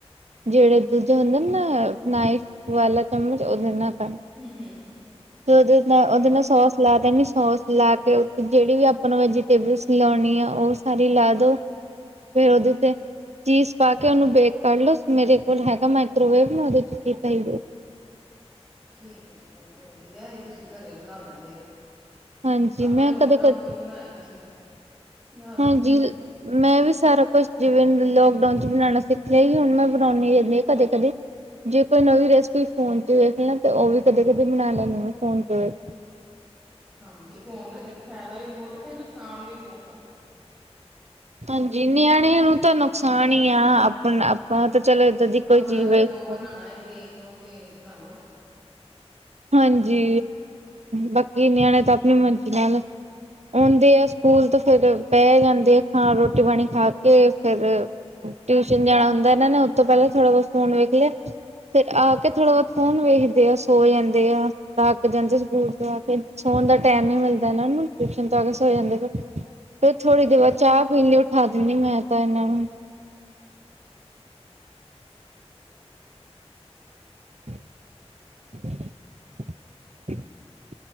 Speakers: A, on the right (about 80°); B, in the centre.
A: ਜਿਹੜੇ ਦੂਜੇ ਹੁੰਦੇ ਨਾ, ਨਾਈਫ ਵਾਲਾ ਚਮਚ, ਉਹਦੇ ਨਾਲ ਕੱ
B: ਹੂੰ- ਹੂੰ, ਹੂੰ।
A: ਤੇ, ਉਹਦੇ ਨਾਲ -ਉਹਦੇ ਨਾਲ, ਸੋਸ ਲਾ ਦੇਣੀ, ਸੋਸ ਲਾ ਕੇ ਜਿਹੜੀ ਵੀ ਆਪਣਾ ਵੈ ਟੇਬਲਸ ਲਾਂਣੀ ਆ, ਉਹ ਸਾਰੀ ਲਾ ਦੋ। ਫੇਰ ਉਹਦੇ ਤੇ ਚੀਜ਼ ਪਾ ਕੇ, ਉਹਨੂੰ ਬੇਕ ਕਰ ਲੋ, ਮੇਰੇ ਕੋਲ ਹੈਗਾ, ਮਾਈਕਰੋਵੇਵ ਨਾ ਉਹਦੇ 'ਚ ਕੀਤਾ ਹੀ
B: ਠੀਕ ਐ, ਵਧੀਆ ਏ ਤੁਸੀਂ, ਘਰੇ ਬਣਾ ਲੈਂਦੇ ਓ।
A: ਹਾਂਜੀ
B: ਆਪਾਂ
A: ਮੈਂ
B: ਤੇ ਲੋਕਡਾਊਨ
A: ਕਦੇ ਕ
B: 'ਚ ਈ ਬਣਾਇਆ ਸੀ, ਜ਼ਿਆਦਾ
A: ਹਾਂਜੀ
B: ਨੀ ਪਰ
A: ਮੈਂ ਵੀ ਸਾਰਾ ਕੁਛ ਜਿਵੇਂ ਲੋਕਡਾਊਨ ਚ ਬਣਾਣਾ ਸਿੱਖਿਆ ਹੀ ਹੁਣ ਮੈਂ ਬਣਾਉਣੀ ਰਹਿਣੀ ਆ ਕਦੇ-ਕਦੇ। ਜੇ ਕੋਈ ਨਵੀਂ ਰੈਸਪੀ ਫੋਨ ਤੇ ਵੇਖ ਲਾ ਤੇ ਉਹ ਵੀ ਕਦੇ-ਕਦੇ ਬਣਾ ਲੈਣੀ ਆ ਫੋਨ ਤੇ ਵੇ
B: ਹਾਂਜੀ ਫ਼ੋਨ ਦਾ ਤੇ ਇੱਕ ਫਾਇਦਾ ਵੀ ਬੋਤ ਆ ਤੇ ਨੁਕਸਾਨ ਵੀ ਬੋਅਤ ਆ।
A: ਹਾਂਜੀ ਨਿਆਣਿਆਂ ਨੂੰ ਤਾਂ ਨੁਕਸਾਨ ਈ ਆ ਆਪਣਾ ਆਪਾਂ ਤੇ ਚਲੋ ਏਦਾ ਦੀ ਕੋਈ
B: ਆਪਣਾ
A: ਚੀਜ਼
B: ਤੇ
A: ਵੇਖਦੇ
B: ਜੋ ਬਣਾਂਣਾ ਏ ਦੇਖਲੋ ਤੇ ਬਣਾ ਲੋ।
A: ਹਾਂਜੀ ਬਾਕੀ ਨਿਆਣੇ ਤਾਂ ਆਪਣੀ ਮਰਜ਼ੀ ਨਾਲ ਆਉਂਦੇ ਆ ਸਕੂਲ ਤੋ ਫਿਰ ਪੈ ਜਾਂਦੇ ਆ ਥਾਂ ਰੋਟੀ-ਪਾਣੀ ਖਾ ਕੇ ਫਿਰ ਟਿਊਸ਼ਨ ਜਾਣਾ ਹੁੰਦਾ ਇਨਾ ਨੇ ਉਥੋਂ ਪਹਿਲਾਂ ਥੋੜ੍ਹਾ ਬਹੁਤ ਫੋਨ ਵੇਖ ਲਿਆ। ਫੇਰ ਆ ਕੇ ਥੋੜ੍ਹਾ-ਬਹੁਤ ਫੋਨ ਵੇਖਦੇ ਆ ਸੋ ਜਾਂਦੇ ਆ। ਥੱਕ ਜਾਂਦੇ ਸਕੂਲ ਤੋਂ ਆ ਕੇ ਸੌਣ ਦਾ ਟੈਮ ਨੀ ਮਿਲਦਾ ਇਹਨਾਂ ਨੂੰ ਟਿਊਸ਼ਨ ਤੋਂ ਆ ਕੇ ਸੋ ਜਾਂਦੇ ਫੇਰ। ਫਿਰ ਥੋੜ੍ਹੀ ਦੇਰ ਬਾਦ ਚਾਹ ਪੀਣ ਲਈ ਉਠਾ ਦਿੰਦੀ ਮੈਂ ਤਾਂ ਇਹਨਾਂ ਨੂੰ। <inaudible>